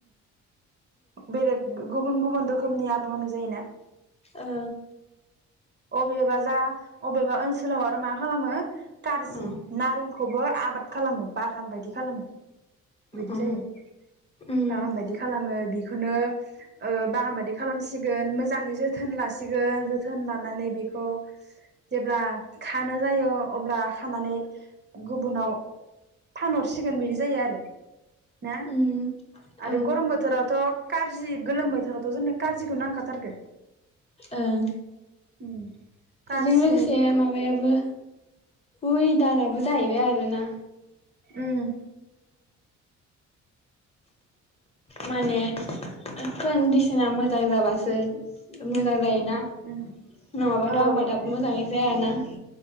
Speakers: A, on the right; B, on the left.
A: बेरेग गुबुन गुबुन रोख खोमनि आब्र <unintelligible> जायोना।
B: ओ
A: अबेबा जा अबेबा ओनसोलाव आरो मा खालामो खारजि
B: ओ
A: नारेंखौबो आबाद खालामो बागान बायदि खालामो। बिदि
B: ओ
A: जायो
B: उम
A: बागान बायदि खालामो बेखौनो ओ बागान बायदि खालामसिगोन मोजाङै जोथोन लासिगोन जोथोन ला नै बेखौ जेब्ला खानो जायो अब्ला खानानै गुबुनाव फानहरसिगोन बिदि जायो आरो। ना
B: उम
A: आरो
B: औ
A: गरम बोथोरावथ' खारजि गोलोम बोथोरावथ' जोंनो खारजिखौ नांखाथारगो।
B: ओं
A: उम कारजि
B: बेजों लोगोसे माबायाबो उइ दाराबो जाहैबाय आर रोना
A: उम
B: माने कोन्दिसोना मोजां जाबासो मोजां जायो। ना
A: उम
B: नङाबाथ'
A: औ
B: आबादाबो
A: औ
B: मोजाङै जायाना‌।